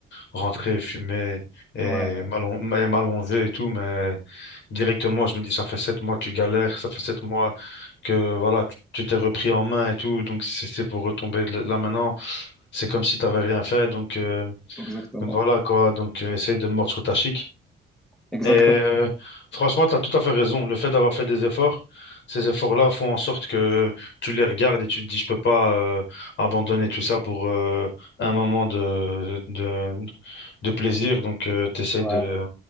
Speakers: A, on the left (about 70°); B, in the centre.
A: rentrer, fumer et
B: Ouais,
A: m'allon- et m'allonger et tout, mais directement, je me dis, ça fait sept mois, tu galères, ça fait sept mois que voilà, tu tu t'es repris en main et tout, donc c'est c'est pour retomber de- là maintenant, c'est comme si t'avais rien fait, donc euh,
B: exactement.
A: donc voilà quoi, donc euh, essaye de mordre sur ta chic.
B: Exactement.
A: Et euh, franchement, tu as tout à fait raison. Le fait d'avoir fait des efforts, ces efforts-là font en sorte que tu les regardes et tu te dis, je peux pas euh, abandonner tout ça pour euh, un moment de, de, de plaisir. Donc, tu essaies
B: Ouais,
A: de,